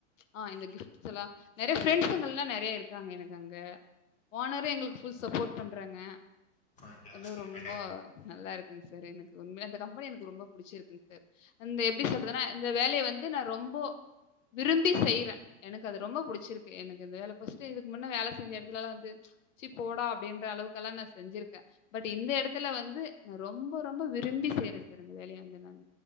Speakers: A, on the left; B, on the left.
A: ஆ இந்த கிஃப்ட்ஸ் எல்லா நெறைய ஃப்ரெண்ட்ஸ்ங்கலா நெறைய இருக்காங்க எனக்கு அங்க ஓனரே எங்களுக்கு ஃபுல் சப்போர்ட் பண்றாங்க
B: ஓகே,
A: இந்தெடோ
B: ஓகே
A: ரொம்ப
B: மேடம்.
A: நல்லா இருக்குங் சார் எனக்கு உண்மையில அந்த கம்பெனி எனக்கு ரொம்ப பிடிச்சிருக்குங் சார் இந்த எப்டி சொல்றதுன்னா இந்த வேலைய வந்து நான் ரொம்போ விரும்பி செய்யறே எனக்கு அது ரொம்ப புடிச்சிருக்கு எனக்கு இந்த வேலை ஃபர்ஸ்ட் இதுக்கு முன்ன வேலை செஞ்ச இடத்லலா வந்து சி போடா அப்டின்ற அளவுக்கெல்லா நா செஞ்சிருக்கே பட் இந்த இடத்தல வந்து நா ரொம்ப ரொம்ப விரும்பி செய்யறே சார் அந்த வேலைய வந்து நா